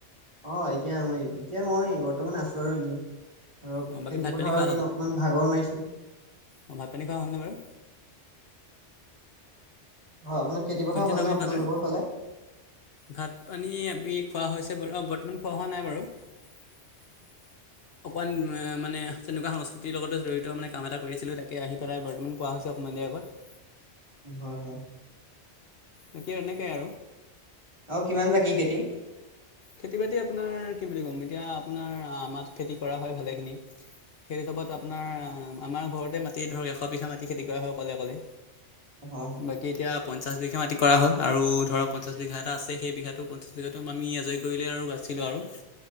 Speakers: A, on the right; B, on the left.
A: অ', এতিয়া আমি এতিয়া মই বৰ্তমান আছোঁ আৰু এনেই। ধৰক
B: অঁ বাকী
A: খেতিপথাৰৰ
B: ভাত পানী খোৱা
A: দিন অকণমান ভাগৰ মাৰিছোঁ।
B: অ', ভাত-পানী খোৱা হ'লনে বাৰু?
A: হয়, আপোনাৰ খেতি পথাৰ
B: শুনিছে
A: হ'ল
B: নে আপুনি
A: আপোনালোকৰ
B: ভালদৰে?
A: ফালে
B: ভাত-পানী আমি খোৱা হৈছে বৰ্তমান খোৱা হোৱা নাই বাৰু। <inaudible> অকণমান মানে তেনেকুৱা সংস্কৃতিৰ লগতে জড়িত মানে কাম এটা কৰি আছিলোঁ। তাকে আহি পেলাই বৰ্তমান পোৱা হৈছে। অকমান দেৰি আগত।
A: হয়, হয়।
B: বাকী আৰু এনেকেই
A: আৰু কিমান বাকী খেতি?
B: খেতি-বাতি আপোনাৰ কি বুলি ক'ম এতিয়া আপোনাৰ আমাৰটো খেতি কৰা হয় ভালেখিনি। সেই হিচাপত আপোনাৰ আমাৰ ঘৰতে মাটি ধৰক এশ বিঘা মাটি খেতি কৰা হয়, অকলে অকলে।
A: হয় হয়
B: বাকী এতিয়া পঞ্চাশ বিঘা মাটি কৰা হ'ল আৰু ধৰক পঞ্চাশ বিঘা এটা আছে সেই বিঘাটো আমি আজৰি কৰিলে আৰু বাছিলোঁ আৰু।